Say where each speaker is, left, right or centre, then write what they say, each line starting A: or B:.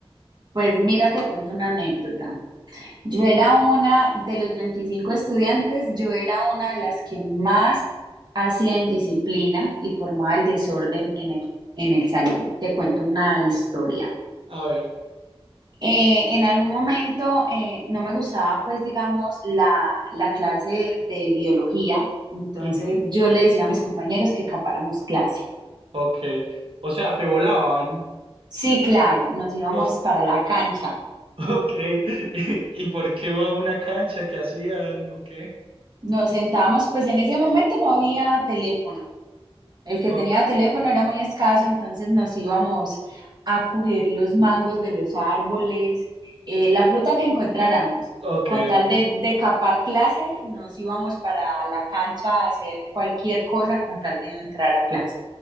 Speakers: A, on the right; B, on the right.
A: Pues mira, te cuento una anécdota. Yo era una de los 25 estudiantes, yo era una de las que más hacía indisciplina y formaba el desorden en el, en el salón. Te cuento
B: Ok,
A: una historia.
B: A ver,
A: Eh, en algún momento eh, no me gustaba, pues, digamos, la, la clase de biología. Entonces
B: ujú,
A: yo le decía a mis compañeros que capáramos clase.
B: ok. O sea, te volaban.
A: Sí, claro, nos íbamos
B: O s-
A: para la cancha.
B: <laughs> ok. <laughs> ¿Y, y por qué iba a una cancha? ¿Qué hacían? ¿O qué?
A: Nos sentábamos, pues en ese momento no había teléfono. El que
B: O-
A: tenía teléfono era muy escaso, entonces nos íbamos a coger los mangos de los árboles, eh, la fruta que encontráramos.
B: ok,
A: Con tal
B: ok.
A: de, de capar clase, nos íbamos para la cancha a hacer cualquier cosa con tal de no entrar a clase.